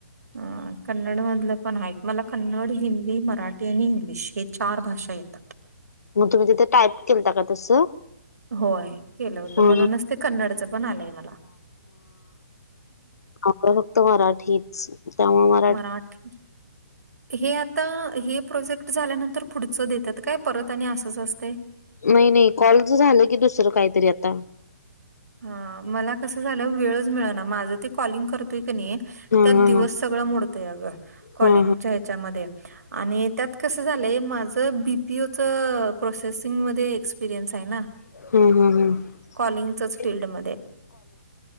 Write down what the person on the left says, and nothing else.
मग तुम्ही तिथे टाईप केलता का तसं?
हा
मी फक्त मराठीत. त्यामुळे
नाही, नाही, कॉलच झालं की दुसरं काहीतरी आता.
हा
हा
हा
हा
हम्म, हम्म,
हम्.